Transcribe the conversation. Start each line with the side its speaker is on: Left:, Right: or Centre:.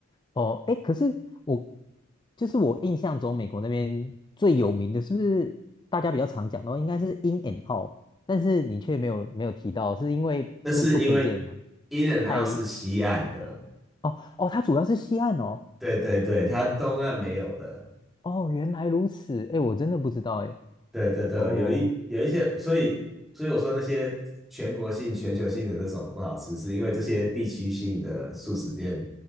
Left: 哦，哎，可是我就是我印象中美国那边最有名的，是不是大家比较常讲到应该是 In and Out，但是你却没有没有提到，是因为这不推荐吗？
Centre: 那是因为 In and
Left: 太
Centre: Out 是西岸的，
Left: 哦哦，它主要是西岸哦
Centre: 对对对，它东岸没有的。
Left: 哦，原来如此，哎，我真的不知道哎
Centre: 对对对，
Left: 哦，
Centre: 有一有一些，所以所以我说那些全国性、全球性的那种不好吃，是因为这些地区性的素食店